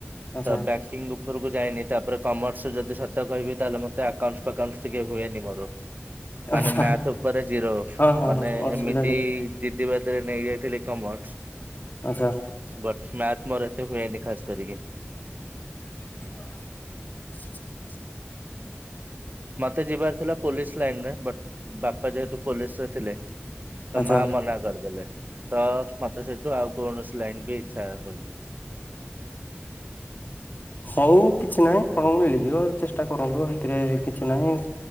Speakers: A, on the left; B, on the right.
A: ଆଚ୍ଛା
B: ଦ ବ୍ୟାକିଙ୍ଗ ଲୁକ୍ ଉପରକୁ ଯାଇନି ତାପରେ କମର୍ସରେ ଯଦି ସତ କହିବି ତାହେଲେ ମତେ ଆକାଉଣ୍ଟ ଫାକାଉଣ୍ଟ ଟିକେ ହୁଏନି ମୋର। ମାନେ
A: ଆଚ୍ଛା
B: ମ୍ୟାଥ ଉପରେ ଜିରୋ
A: ହଁ ହଁ
B: ମାନେ
A: ଅସୁବିଧା
B: ଏମି
A: ଟିକେ
B: ଏଇ ଜିଦିି ବାଦିରେ ନେଇ ଯାଇଥିଲି କମର୍ସ।
A: ଆଚ୍ଛା।
B: ବଟସଁ ମ୍ୟାଥ ମୋର ଏତେ ହୁଏନି ଖାସ କରିକି।
A: ଚଁ ଚାଁ
B: ମୋତେ ଯିବାର ଥିଲା ପୋଲିସ୍ ଲାଇନରେ ବଟ ବାପା ଯେହେତୁ ପୋଲିସରେ ଥିଲେ। ତା
A: ଆଚ୍ଛା
B: ମା ମନା କରିଦେଲେ ତ ମତେ ସେଠୁଁ ଆଉ କୌଣସି ଲାଇନ ବି ଇଚ୍ଛା ହୁଉନି।
A: ହଉ କିଛି ନାହିଁ ଆପଣଙ୍କୁ ମିଳିଯିବ ଚେଷ୍ଟା କରନ୍ତୁ ସେଥିରେ କିଛି ନାହିଁ।